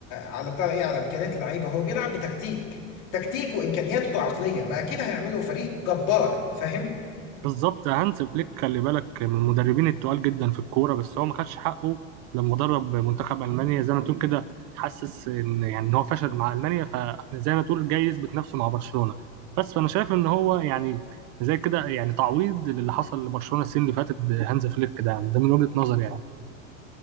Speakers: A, on the left; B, on the right.
A: على بتاع ايه على امكانيات اللعيبه هو بيلعب بتكتيك تكتيك وامكانياته عقليه ما اكيد هيعملوا فريق جبار فاهم
B: بالظبط هانز فليك خلي بالك من المدربين التقال جدا في الكوره بس هو ما خدش حقه لما درب منتخب المانيا زي ما تقول كده حسس ان يعني ان هو فشل مع المانيا فزي ما تقول جاي يثبت نفسه مع برشلونه بس فانا شايف ان هو يعني زي كده يعني تعويض للي حصل لبرشلونه السنه اللي فاتت بهانز فليك ده يعني ده من وجهه نظري يعني